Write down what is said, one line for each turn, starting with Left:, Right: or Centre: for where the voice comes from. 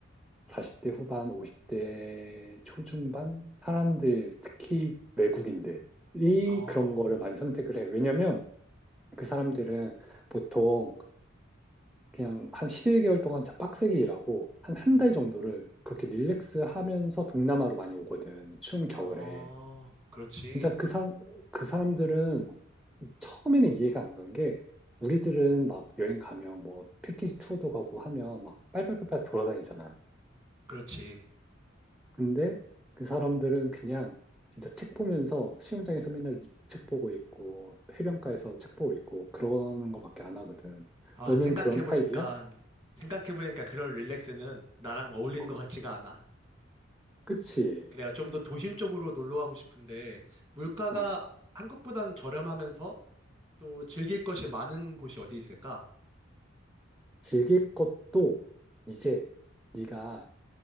Centre: 40대 후반, 50대 초중반 사람들, 특히 외국인들이
Right: 어,
Centre: 그런 거를 많이 선택을 해. 왜냐면 그 사람들은 보통 그냥 한 11개월 동안 진짜 빡세게 일하고 한 한
Right: 음,
Centre: 달 정도를 그렇게
Right: 음.
Centre: 릴렉스 하면서 동남아로 많이 오거든. 추운 겨울에.
Right: 아, 그렇지.
Centre: 진짜 그 사람, 그 사람들은 처음에는 이해가 안 간 게 우리들은 막 여행 가면 뭐 패키지 투어도 가고 하면 막 빨빨빨빨 돌아다니잖아.
Right: 그렇지.
Centre: 근데 그 사람들은 그냥 진짜 책 보면서 수영장에서 맨날 책 보고 있고 해변가에서 책 보고 있고 그러는 거밖에 안 하거든.
Right: 아,
Centre: 너는
Right: 생각해보니까,
Centre: 그런 타입이야?
Right: 생각해보니까 그런 릴렉스는 나랑 어울리는
Centre: 어,
Right: 것 같지가 않아.
Centre: 그치.
Right: 그래가 좀 더 도심 쪽으로 놀러 가고 싶은데, 물가가
Centre: 어,
Right: 한국보다는 저렴하면서 또 즐길 것이 많은 곳이 어디 있을까?
Centre: 즐길 것도 이제 네가